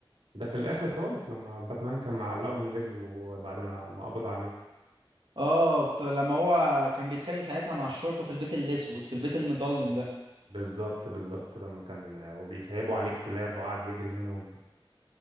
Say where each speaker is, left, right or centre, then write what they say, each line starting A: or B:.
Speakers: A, on the right; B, on the right.
A: ده في الاخر خالص لما باتمان كان معلقه من رجله بعد ما ما قبض عليه
B: اه فت- لما هو كان بيتخانق ساعتها مع الشرطة في البيت الأسود في البيت المظلم ده
A: بالظبط بالظبط لما كان وبيسيبوا عليه الكلاب وقعد يجري منهم